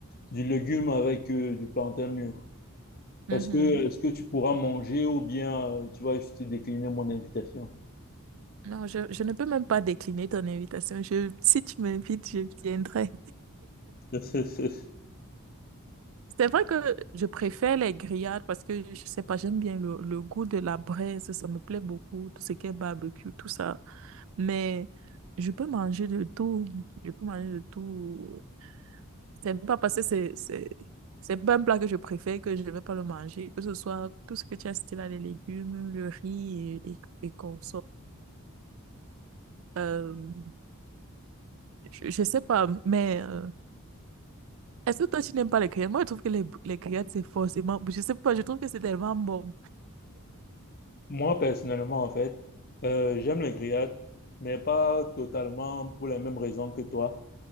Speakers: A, on the left (about 40°); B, on the right (about 65°).
A: du légume avec euh, du plantain mûr.
B: mhm.
A: Est-ce que, est-ce que tu pourras manger ou bien euh, tu vas juste décliner mon invitation?
B: Non, je, je ne peux même pas décliner ton invitation. Je, si tu m'invites, je viendrai.
A: <laughs>
B: C'est vrai que je préfère les grillades parce que je sais pas, j'aime bien le, le goût de la braise, ça me plaît beaucoup, tout ce qui est barbecue, tout ça. Mais je peux manger de tout, je peux manger de tout. C'est pas parce que c'est c'est c'est pas un plat que je préfère que je ne vais pas le manger, que ce soit tout ce que tu as cité là, les légumes, le riz et, et, et qu'on Euh, je, je sais pas, mais euh, est-ce que toi tu n'aimes pas les grillades? Moi je trouve que les, les grillades c'est forcément, je sais pas, je trouve que c'est tellement bon.
A: Moi, personnellement, en fait, euh, j'aime les grillades, mais pas totalement pour les mêmes raisons que toi.